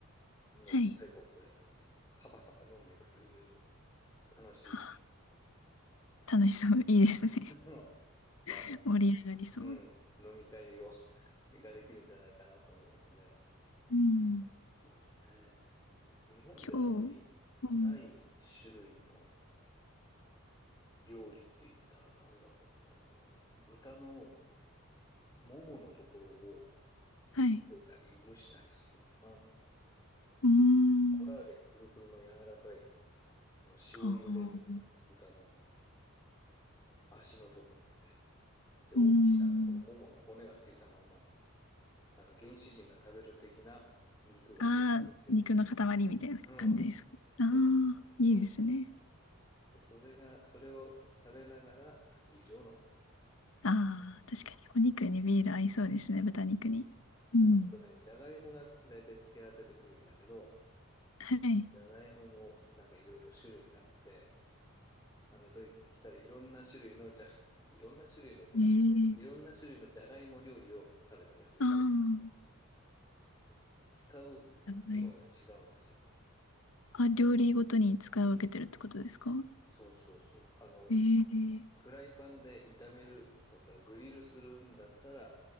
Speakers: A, on the left (about 15°); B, on the left (about 65°).
A: のちっちゃいコップで
B: はい。
A: カバカバ飲んでいくという楽しい、
B: あ、楽しそう。いいですね。
A: <laughs> あの、
B: <laughs>
A: あのうん、
B: 盛り上がりそう。
A: 飲み会を <laughs> ができるんじゃないかなと思いますね。
B: うん。
A: そうね。日本であんまりない種類の
B: 今日、うん、
A: 料理って言ったらなんだろう。あの、豚のもものところを
B: はい。
A: 出たり蒸したりするのかな。
B: うーん。
A: コラーゲンプルプルの柔らかい、あの、塩茹でみたいな豚の
B: ああ、
A: 足のとこだよね。で、大きな、
B: うーん。
A: このももの骨がついたまんまの、なんか原始人が食べる的な肉がどっと出てくる。
B: ああ、肉の塊みたいな感じです。
A: うん。そうそう。
B: ああ、いいですね。
A: で、それが、それを食べながらビールを飲む。
B: ああ、確かにお肉にビール合いそうですね、豚肉に。
A: うん
B: うん。
A: そうあとね、じゃがいもが大体付け合わせてくるんだけど、
B: はい。
A: じゃがいももなんかいろいろ種類があって、あのドイツに来たらいろんな種類のじゃ、いろんな種類のっていうか、
B: ええ。
A: いろんな種類のじゃがいも料理を食べてほしいです。
B: ああ、
A: あの、使う芋が違うんですよ。
B: なるほどねあ、料理ごとに使い分けてるってことですか
A: うん。そうそうそう。あの、
B: ええ。
A: フライパンで炒めるとか、グリルするんだったら、